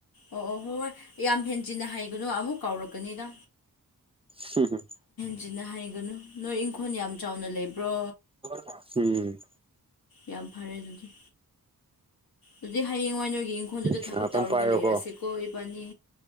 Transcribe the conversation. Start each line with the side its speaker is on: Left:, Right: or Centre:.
Left: ꯑꯣ ꯑꯣ ꯍꯣꯏ ꯍꯣꯏ ꯌꯥꯝ ꯍꯦꯟꯖꯤꯟꯅ ꯍꯥꯏꯒꯅꯨ ꯑꯃꯨꯛ ꯀꯥꯎꯔꯛꯀꯅꯤꯗ
Right: ꯍꯤꯍꯤꯍꯤ
Left: ꯍꯦꯟꯖꯤꯅ ꯍꯥꯏꯒꯅꯨ ꯅꯣꯏ ꯏꯪꯈꯣꯜ ꯌꯥꯝ ꯆꯥꯎꯅ ꯂꯩꯕ꯭ꯔꯣ
Right: ꯎꯝ <unintelligible>
Left: ꯌꯥꯝ ꯐꯔꯦ ꯑꯗꯨꯗꯤ ꯑꯗꯨꯗꯤ ꯍꯌꯦꯡ ꯋꯥꯏ ꯅꯣꯏꯒꯤ ꯏꯪꯈꯣꯜ ꯈꯪꯈꯣꯟꯗꯨꯗ
Right: ꯉꯥꯏꯍꯥꯛꯇꯪ
Left: ꯊꯕꯛ ꯇꯧꯔꯒ
Right: ꯄꯥꯏꯔꯣꯀꯣ
Left: ꯂꯩꯔꯁꯦꯀꯣ ꯏꯕꯥꯅꯤ